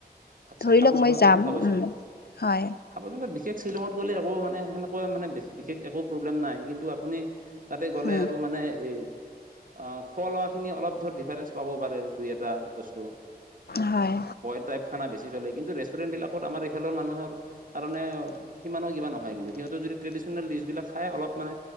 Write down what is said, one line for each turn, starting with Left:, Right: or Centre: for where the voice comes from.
Right: আচ্ছা
Left: ধৰি
Right: সাৱধানতাৰ
Left: লওক মই যাম,
Right: কথা কৈছে
Left: উম হয়।
Right: সাৱধানতা বিশেষ শ্বিলঙত গ'লে একো মানে সেনেকুৱা মানে বিশেষ একো প্ৰব্লেম নাই কিন্তু আপুনি তাতে গ'লে
Left: উম
Right: আৰু মানে এ আ খোৱা লোৱা খিনি অলপ ধৰ ডিফাৰেঞ্চ পাবও পাৰে দুই এটা বস্তু।
Left: হয়।
Right: বইল টাইপ খানা বেছি চলে কিন্তু, ৰেষ্টুৰেণ্ট বিলাকত আমাৰ এইফালৰ মানুহৰ কাৰণে সিমানো কিবা নহয় কিন্তু সিহঁতৰ যদি ট্ৰেডিচনেল ডিছবিলাক খায় অলপ মানে